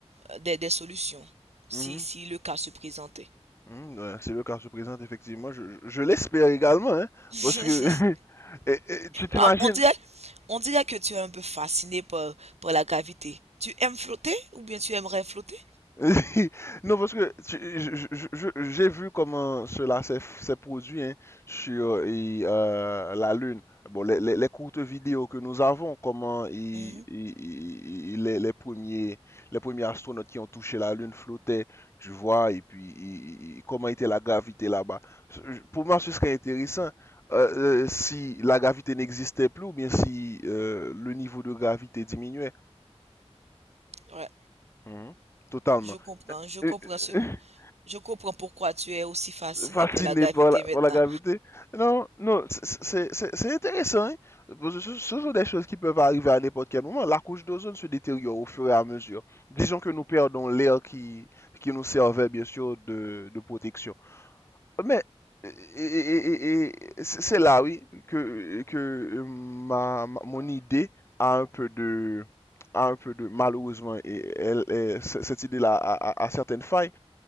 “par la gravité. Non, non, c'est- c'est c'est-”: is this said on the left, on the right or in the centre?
Left